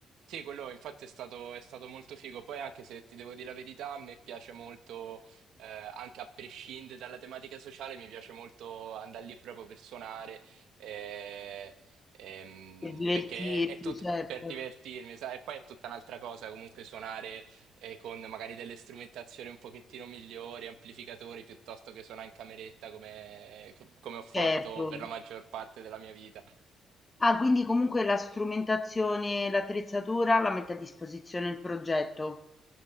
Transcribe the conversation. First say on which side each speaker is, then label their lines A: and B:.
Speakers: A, on the right; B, on the left.
A: Sì, quello infatti è stato, è stato molto figo. Poi anche se ti devo dire la verità, a me piace molto, eh, anche a prescindere dalla tematica sociale, mi piace molto andare lì proprio per suonare, eh, ehm,
B: per divertirti,
A: perché è tutto
B: certo,
A: per divertirmi, sai? E poi è tutta un'altra cosa comunque suonare, eh, con magari delle strumentazioni un pochettino migliori, amplificatori, piuttosto che suonare in cameretta come come ho fatto
B: certo.
A: per la maggior parte della mia vita.
B: Ah, quindi comunque la strumentazione, l'attrezzatura la mette a disposizione il progetto.